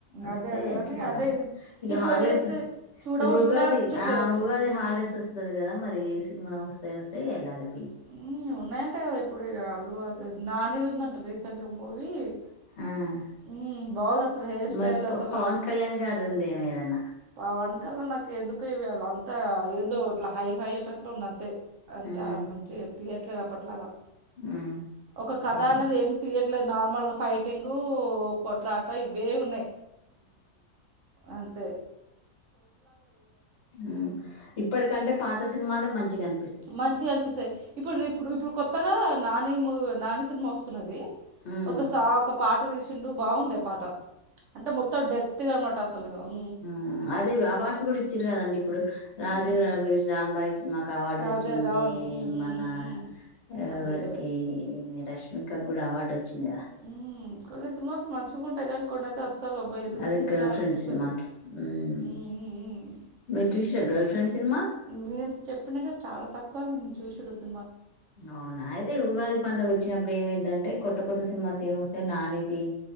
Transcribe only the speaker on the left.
వస్తే
వచ్చ
ఇక
హాలిడేస్
ఇప్పుడు
ఉగాది ఆ
ఉగాది హాలిడేస్ వస్తది కదా మరి మావస్తే వస్తే ఎల్లాలి
ఆ
మరి ప
పవన్ కళ్యాణ్ గారిది ఉందేమో ఏదన్నా
ఉమ్
ఉమ్
ఏ
ఊ ఇప్పటికంటే పాత సినిమాలే మంచిగాంట
ఉమ్
ఆ అదే అవార్డ్స్ కూడా ఇచ్చిరు గదండి ఇప్పుడు రాజు
వెడ్స్ రాంబాయి సినిమాకి అవార్డు వచ్చింది
మన
ఎవరకి
రష్మి మిక్కకి కూడా అవార్డ్ వ వచ్చింది కదా
అదే
గర్ల్
ఫ్రెండ్ సినిమాకి ఉమ్
మీరు చూసిరా గర్ల్ ఫ్రెండ్ సినిమా
అవునా అయితే ఉగాది పండుగ వచ్చినప్పుడు ఏమైదంటే కొత్ కొత్త కొత్త సినిమాస్ ఏం వస్తాయ్ నానిది